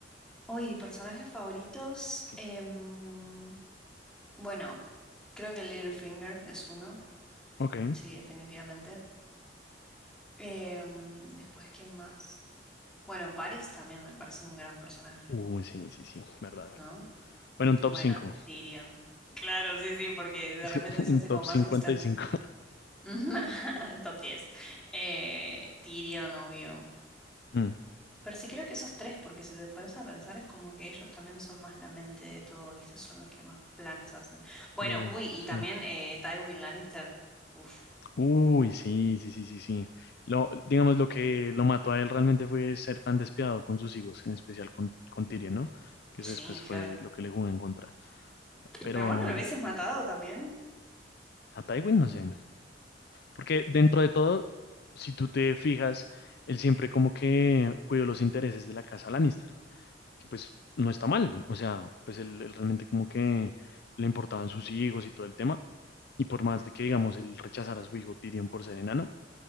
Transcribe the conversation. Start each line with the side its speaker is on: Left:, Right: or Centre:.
Centre: Uy, personajes favoritos.
Left: Sí.
Centre: em, bueno, creo que Littlefinger es uno,
Left: Ok.
Centre: sí, definitivamente. Em, después, ¿quién más? Bueno, Varys también me parece un gran personaje,
Left: Uy, sí, sí, sí, verdad, verdad.
Centre: ¿no?
Left: Bueno, un
Centre: Y
Left: top
Centre: bueno,
Left: 5,
Centre: Tyrion. Claro, sí, sí, porque de
Left: <laughs>
Centre: repente se
Left: un
Centre: hace
Left: top
Centre: como más
Left: 55.
Centre: extenso. <laughs> Top diez Eh, Tyrion, obvio.
Left: Mm,
Centre: Pero sí creo que esos tres, porque si te pones a pensar, es como que ellos también son más la mente de todo, ¿viste? Son los que más planes hacen. Bueno,
Left: lo-
Centre: uy, y
Left: sí.
Centre: también eh, Tywin Lannister. Uf,
Left: Uy, sí, sí, sí, sí, sí. Lo, digamos, lo que lo mató a él realmente fue ser tan despiadado con sus hijos, en especial con, con Tyrion, ¿no? Que
Centre: sí,
Left: eso después fue
Centre: claro.
Left: lo que le jugó en contra. Pero
Centre: Pero bueno, lo hubieses matado también.
Left: a Tywin no sé. Porque dentro de todo, si tú te fijas, él siempre como que cuidó los intereses de la casa Lannister. que pues no está mal, o sea, pues él, él realmente como que le importaban sus hijos y todo el tema, y por más de que, digamos, él rechazara a su hijo Tyrion por ser enano,